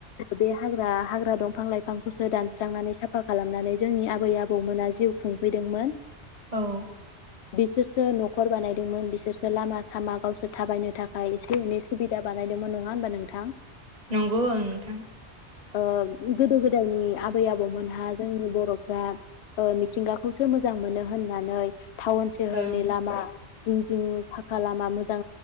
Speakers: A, on the left; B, on the right.
A: बे हाग्रा हाग्रा दंफां लाइफांखौसो दानस्रांनानै साफा खालामनानै जोंनि आबै आबौमोना जिउ खुं फैदोंमोन।
B: औ।
A: बिसोरसो नखर बानायदोंमोन बिसोरसो लामा सामा गावसोर थाबायनो थाखाय एसे एनै सुबिदा बानायदोंमोन नङा होनबा नोंथां?
B: नंगौ ओं नोंथां।
A: ओ गोदो गोदायनि आबै आबौमोनहा जोंनि बर'फ्रा ओ मिथिंगा खौसो मोजां मोनो होननानै टाउन सोहरनि
B: ओं
A: लामा जिं जिं फाखा लामा मोजां